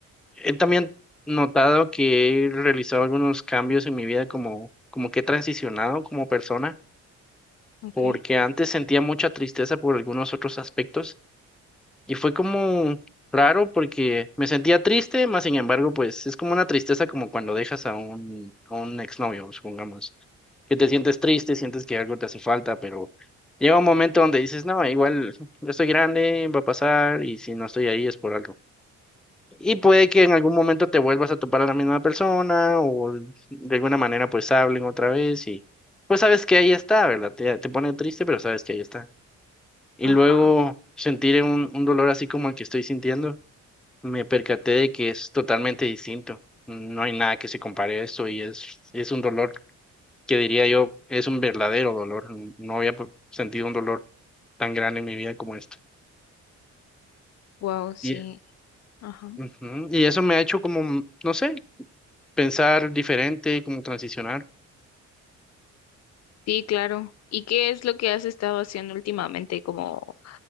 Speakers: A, in the centre; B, on the left.
A: he también notado que he realizado algunos cambios en mi vida como, como que he transicionado como persona
B: Ok,
A: porque antes sentía mucha tristeza por algunos otros aspectos y fue como raro porque me sentía triste, más sin embargo, pues es como una tristeza como cuando dejas a un, a un exnovio, supongamos, que te sientes triste, sientes que algo te hace falta, pero llega un momento donde dices, no, igual yo estoy grande, va a pasar y si no estoy ahí es por algo. Y puede que en algún momento te vuelvas a topar a la misma persona o de alguna manera pues hablen otra vez y pues sabes que ahí está, ¿verdad? Te, te pone triste, pero sabes que ahí está. Y
B: ajá,
A: luego sentir un, un dolor así como el que estoy sintiendo, me percaté de que es totalmente distinto. No hay nada que se compare a esto y es, es un dolor que diría yo es un verdadero dolor. No había p- sentido un dolor tan grande en mi vida como esto.
B: wow, sí,
A: Y,
B: ajá,
A: ujú, y eso me ha hecho como, mm, no sé, pensar diferente, como transicionar.
B: sí, claro. ¿Y qué es lo que has estado haciendo últimamente? Como,